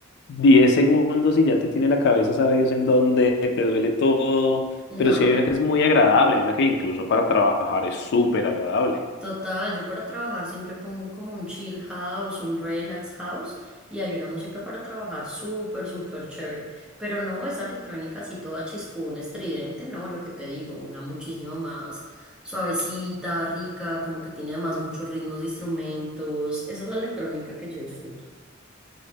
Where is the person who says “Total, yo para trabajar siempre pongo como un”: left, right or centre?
Centre